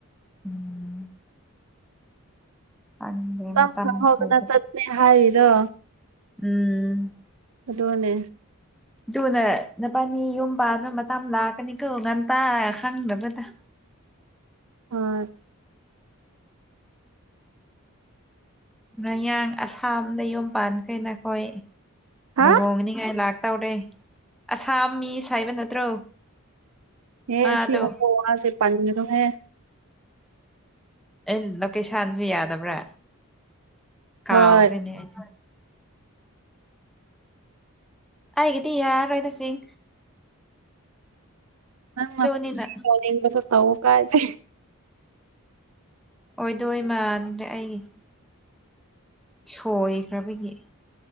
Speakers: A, in the centre; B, on the right.
A: ꯎꯝ <inaudible> ꯈꯪꯗ꯭ꯔꯦ
B: ꯇꯝ
A: ꯃꯇꯝ
B: ꯈ ꯍꯒꯅ
A: ꯊꯨꯕꯗꯣ
B: ꯇꯠꯅꯦ ꯍꯥꯏ ꯗ
A: ꯎꯝ
B: ꯑꯗꯨꯗꯅꯦꯦ
A: ꯊꯨꯅ ꯅꯨꯄꯥꯅꯤ ꯌꯨꯝ ꯄꯥꯅ ꯃꯇꯝ ꯂꯥꯛꯀꯅꯤꯀꯣ ꯉꯥꯟꯇꯥ ꯈꯪꯗꯕꯗ
B: ꯍꯣꯏ
A: ꯃꯌꯥꯡ ꯑꯁꯥꯝꯗ ꯌꯨꯝ ꯄꯥꯟꯈ꯭ꯔꯦ ꯅꯈꯣꯏ
B: ꯍꯥ
A: ꯂꯨꯍꯣꯡ ꯅꯤꯉꯏ ꯂꯥꯛ ꯇꯧꯔꯦ ꯑꯁꯥꯝ ꯃꯤ ꯁ ꯍꯥꯏꯕ ꯅꯠꯇ꯭ꯔꯣ
B: ꯑꯦꯦ
A: ꯃꯥꯗꯣ
B: ꯁꯤꯨꯝꯣ ꯋꯥꯁꯦ ꯄꯣ ꯍ
A: ꯑꯦ ꯂꯣꯀꯦꯁꯥꯟꯁꯨ ꯌꯥꯗꯕ꯭ꯔꯥ ꯀꯥꯎ
B: ꯍꯣꯏ
A: ꯍꯦꯅꯦꯗꯤ ꯍꯥꯏꯒꯗꯤ ꯌꯥ ꯔꯣꯏꯗꯁꯤꯡ
B: ꯅꯁꯤ
A: ꯑꯗꯨꯅꯤꯅ
B: ꯇ ꯇ ꯀꯥꯏ ꯊ
A: ꯑꯣꯏꯗꯣꯏ ꯃꯥꯟ꯭ꯔꯦ ꯑꯩꯒꯤꯁꯦ ꯁꯣꯏꯈ꯭ꯔꯕꯒꯤ